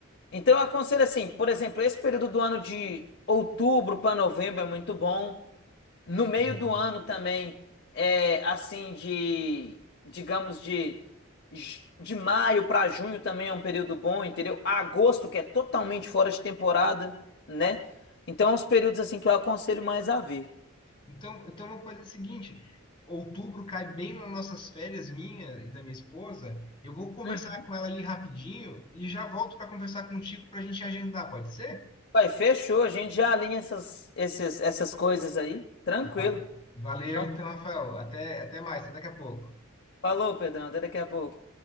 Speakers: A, on the left (about 50°); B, on the left (about 25°).
A: Então eu aconselho assim, por exemplo, esse período do ano de outubro para novembro é muito bom. No meio
B: Boa.
A: do ano também, é, assim, de, digamos, de, de maio para junho também é um período bom, entendeu? Agosto, que é totalmente fora de temporada, né? Então, é uns períodos, assim, que eu aconselho mais a ver.
B: Então, então vamos fazer o seguinte: outubro cai bem nas nossas férias, minha e da minha esposa. Eu vou conversar
A: Hum.
B: com ela ali rapidinho e já volto para conversar contigo para a gente agendar, pode ser?
A: Vai, fechou, a gente já alinha essas, esses, essas coisas aí, tranquilo.
B: Valeu, Valeu,
A: Então,
B: então, Rafael. Até, até mais, até daqui a pouco.
A: falou, Pedrão, até daqui a pouco.